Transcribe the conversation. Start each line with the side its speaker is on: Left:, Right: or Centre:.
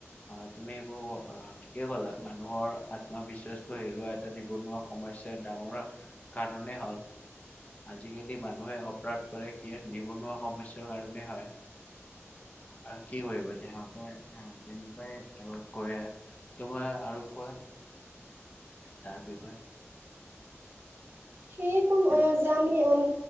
Left: আহ তুমি সেইবোৰ আহ ঠিকেই কলা, মানুহৰ আত্মবিশ্বাসটো হেৰুৱা এটা নিবনুৱা সমস্যাৰ ডাঙৰ কাৰনেই হ'ল। আজি কালি মানুহে- অপৰাধ কৰে কি নিবনুৱা সমস্যয়াৰ কাৰণে হয়। আৰু কি কৰিবা এতিয়া সিহতেই আহ তেনেকুৱাই আৰু কৰে, তোমাৰ আৰু কোৱা। তাৰ বিষয়ে।
Right: উ <inaudible> সেই কন
Left: এনে।
Right: যাম হি অ। উম